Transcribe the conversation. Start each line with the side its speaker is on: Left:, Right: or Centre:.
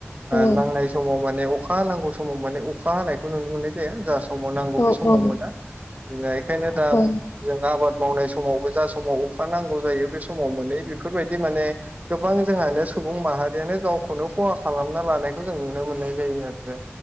Left: औ
Right: नांनाय समाव माने अखा नांगौ समाव माने अखा हानायखौ नुनो मोननाय जाया ज समाव नांगौ
Left: औ
Right: बे समाव
Left: औ
Right: मोना जोंहा बेखायनो
Left: औ
Right: दा जों आबाद मावनाय समावबो जा समाव अखा नांगौ जायो बे समाव मोनै बेफोरबायदि माने गोबां जोंहानो सुबुं माह माहारियानो गावखौनो खहा खालामना लानायखौ जों नुनो मोननाय जायो आरो